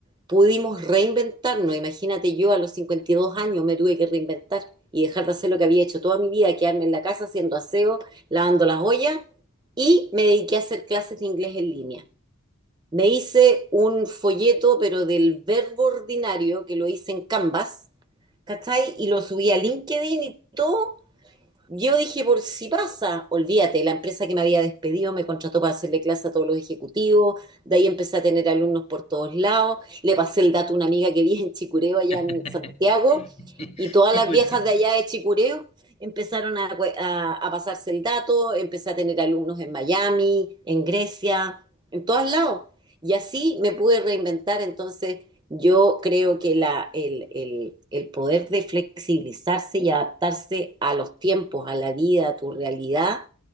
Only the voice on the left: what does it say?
<laughs>
Qué
curioso.